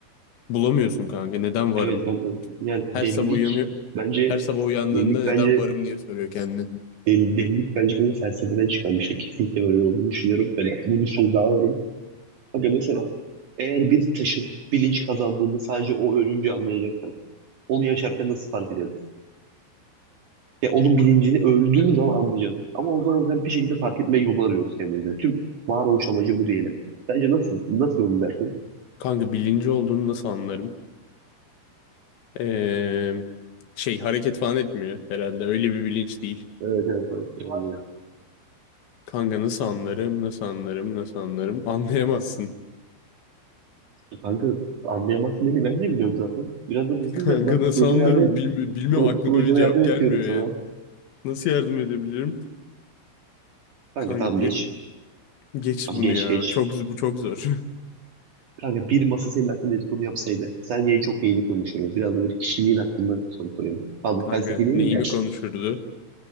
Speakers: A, on the left (about 70°); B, on the right (about 55°).
A: Bulamıyorsun kanka, neden varım?
B: Evet kanka. Yani
A: Her
B: delilik
A: sabah uyanıyor,
B: bence
A: her sabah uyandığında
B: delilik
A: neden
B: bence
A: varım diye soruyor kendine.
B: Deli, delilik bence böyle felsefeden çıkan bir şey. Kesinlikle böyle olduğunu düşünüyorum. Böyle bunu şöyle daha öğrenin. Aga mesela eğer bir taşın bilinç kazandığını sadece o ölünce anlayacaksam onu yaşarken nasıl fark ederiz? Ya onun bilincini öldüğümüz zaman anlayacağız. Ama o zaman kadar bir şekilde fark etme yolu arıyoruz kendimize. Tüm varoluş amacı bu diyelim. Sence nasıl? Nasıl yol izlersin?
A: Kanka bilinci olduğunu nasıl anlarım? Ee, şey hareket falan etmiyor herhalde. Öyle bir bilinç değil.
B: Evet, evet, evet.
A: Kanka nasıl anlarım, nasıl anlarım, nasıl anlarım? Anlayamazsın.
B: Ee, Kanka anlayamazsın değil mi? Ben de biliyorum zaten. Biraz da
A: <laughs>
B: düzgün
A: Kanka
B: cevap ver.
A: nasıl
B: Projeme
A: anlarım?
B: yardım,
A: Bilmi bilmiyorum
B: pro,
A: aklıma
B: projeme
A: bir cevap
B: yardım
A: gelmiyor
B: ediyorum
A: yani.
B: sana.
A: Nasıl yardım edebilirim?
B: Kanka
A: Kanka
B: tamam
A: bir
B: geç.
A: geç
B: Tamam
A: bunu
B: geç
A: ya.
B: geç.
A: Çok bu çok zor.
B: Kanka bir masa senin hakkında dedikodu yapsaydı sence en çok neyi konuşurdu? Biraz da böyle kişiliğin hakkında soru sorayım. Fazla
A: <laughs> Kanka
B: felsefi değil
A: neyimi
B: de
A: konuşurdu?